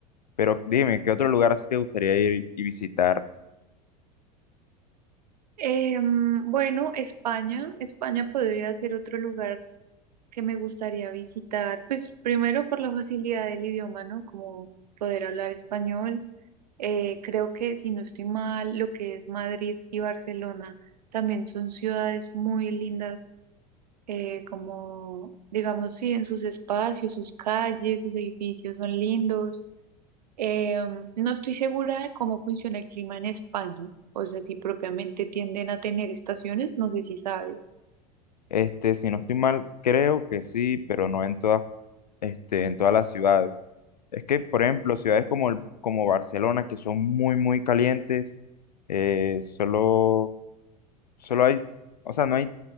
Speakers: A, on the left (about 85°); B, on the right (about 80°).
A: Pero dime, ¿qué otro lugar así te gustaría ir y visitar?
B: Em, bueno, España, España podría ser otro lugar que me gustaría visitar, pues primero por la facilidad del idioma, ¿no? Como poder hablar español. Eh, creo que si no estoy mal, lo que es Madrid y Barcelona también son ciudades muy lindas, eh, como digamos, sí, en sus espacios, sus calles, sus edificios son lindos. Eh, no estoy segura de cómo funciona el clima en España, o sea, si propiamente tienden a tener estaciones, no sé si sabes.
A: Este, si no estoy mal, creo que sí, pero no en todas, este, en todas las ciudades. Es que, por ejemplo, ciudades como, el- como Barcelona, que son muy, muy calientes, eh, solo, solo hay, o sea, no hay